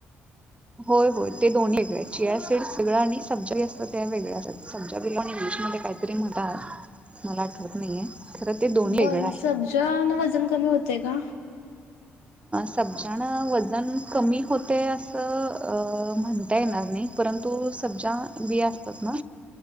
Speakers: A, on the right (about 20°); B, on the left (about 85°).
A: होय होय ते दोन वेगळे चियार सीड सगळ आणि सब्जा असतात ते वेगळ्या असतात सब्जा बी ल इंग्लिशमध्येध्ये काहीतरी म्हणता मला आठवत नाहीये. खरं ते दोन्ही
B: बर
A: वेगळं
B: मग
A: आहे.
B: सब्ज वजन कमी होते का?
A: सब्जाण वजन कमी होते असं अ--म्हणता येणार नाही, परंतु सब्जा बिया असतात ना